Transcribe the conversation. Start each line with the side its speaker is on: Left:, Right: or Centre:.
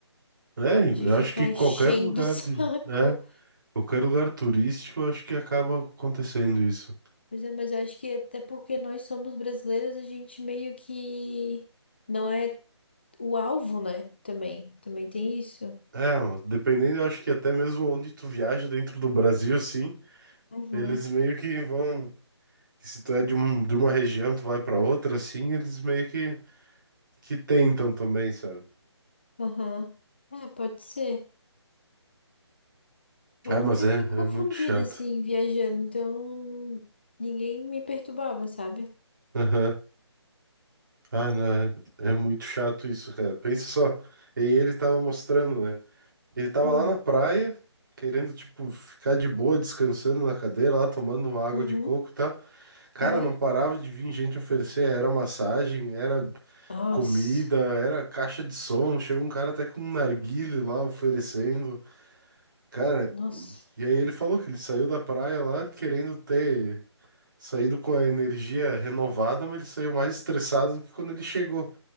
Right: É,
Left: De
Right: eu
Left: ficar
Right: acho que qualquer
Left: enchendo
Right: lugar
Left: o <laughs> saco.
Right: de... É, qualquer lugar turístico, eu acho que acaba acontecendo isso.
Left: Pois é, mas eu acho que até porque nós somos brasileiros, a gente meio que não é o alvo, né? Também. Também tem isso.
Right: É, mano, dependendo, eu acho que até mesmo onde tu viaja dentro do Brasil, assim,
Left: Uhum.
Right: eles meio que vão. que Se tu é de, um, de uma região, tu vai pra outra, assim, eles meio que, que tentam também, sabe?
Left: Aham. É, pode ser. Eu
Right: Ah,
Left: nunca
Right: mas é,
Left: fui confundida
Right: é muito chato.
Left: assim, viajando, então ninguém me perturbava, sabe?
Right: Aham. Ah,
Left: Mas
Right: não,
Left: Sei lá.
Right: é, é muito chato isso, cara. Pensa só. E ele tava mostrando, né? Ele tava
Left: Hum.
Right: lá na praia, querendo, tipo, ficar de boa, descansando na cadeira, lá tomando água
Left: Uhum.
Right: de coco e tal. Cara,
Left: Aham.
Right: não parava de vir gente oferecer, era massagem, era.
Left: Nossa.
Right: comida, era caixa de som. Chega um cara até com um narguilé lá oferecendo. Cara,
Left: Nossa.
Right: e aí ele falou que ele saiu da praia lá querendo ter saído com a energia renovada, mas ele saiu mais estressado do que quando ele chegou.